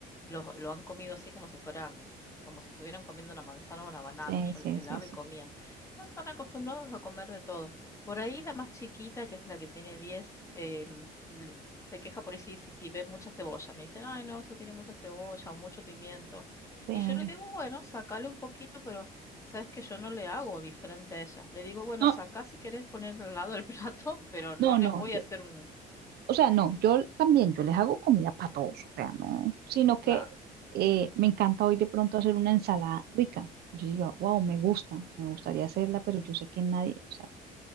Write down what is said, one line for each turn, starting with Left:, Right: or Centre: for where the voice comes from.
Left: lo, lo han comido así como si fueran, como si estuvieran comiendo una manzana o una banana.
Right: Sí,
Left: Yo
Right: sí,
Left: los pelaba
Right: sí, sí,
Left: y comían. No Están tan acostumbrados a comer de todo. Por ahí la más chiquita, que es la que tiene 10, eh, mm, le- se queja por ahí si, si, si ve mucha cebolla. Me dicen, ay, no, eso tiene mucha cebolla o mucho pimiento.
Right: sí.
Left: Y yo le digo, bueno, sacale un poquito, pero sabes que yo no le hago diferente a ella. Le digo, bueno,
Right: No,
Left: sacá si querés poner al lado el <laughs> plato, pero no
Right: no,
Left: le
Right: no,
Left: voy
Right: yo,
Left: a hacer un...
Right: o sea, no, yo también, yo les hago comida para todos, o sea, no, sino
Left: Claro,
Right: que eh, me encanta hoy de pronto hacer una ensalada rica. Y yo digo, wow, me gusta, me gustaría hacerla, pero yo sé que nadie, o sea,